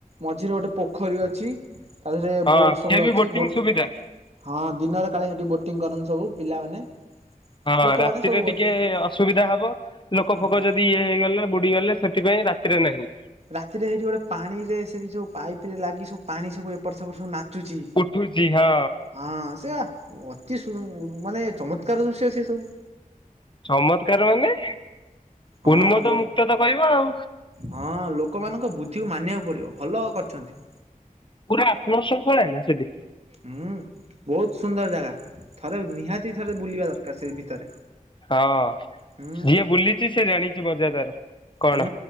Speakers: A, on the right; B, on the left.
A: ମଝିରେ ଗୋଟେ ପୋଖରୀ ଅଛି। ତାଧୀରେ
B: ହଁ
A: ବୋଟ ସବୁୁ
B: ସିଏ ବି
A: ଅଛି ବୋଟିଂ
B: ସୁବିଧା।
A: ହଁ ଦିନରେ କାଳେ ସେଠି ବୋଟିଂ କରନ୍ତି ସବୁ ପିଲାମାନେ।
B: ହଁ
A: ଲୋକମାନେ
B: ରାତିରେ
A: ସବୁ
B: ଟିକେ
A: ବୋଟିଂ କରନ୍ତି।
B: ଅସୁବିଧା ହବ ଲୋକ
A: ହୁଁ।
B: ଫୋକ ଯଦି ଇଏ ହେଇଗଲେ ବୁଡିଗଲେ। ସେଥିପାଇଁ ରାତିରେ ନାହିଁ।
A: ରାତିରେ ହେଇଠି ଗୋଟେ ପାଣି ରେ ସେ ବି ସବୁ ପାଇପ ରେ ଲାଗି ସବୁ ପାଣି ସବୁ ଏପଟ ସେପଟ ସବୁ ନା ଚୁଜି।
B: ଉଠୁଛି ହଁ
A: ହଁ ସେଆ ଅତି ସୁ ମାନେ ଚମତ୍କାର ଦୃଶ୍ୟ ସେ ସବୁ।
B: ଚମତ୍କାର ମାନେ
A: ହଁ
B: ଉନ୍ମୋଦ
A: ଲୋ
B: ମୁକ୍ତ ତ କହିବ ଆଉ
A: ହଁ ଲୋକମାନଙ୍କ ବୁଦ୍ଧିକୁ ମାନିଆକୁ ପଡିବ ଭଲ କରିଚନ୍ତି।
B: ପୁରା ଆତ୍ମଶୃଙ୍ଖଳା ନା ସେଠି?
A: ହୁଁ ବହୁତ ସୁନ୍ଦର ଜାଗା, ଥରେ ନିହାତି ଥରେ ବୁଲିବା ଦରକାର ସେଇ ଭିତରେ।
B: ହଁ
A: ହୁଁ
B: ଯିଏ ବୁଲିଛି ସେ ଜାଣିଛି ମଜା ତାର। କଣ
A: ହୁଁ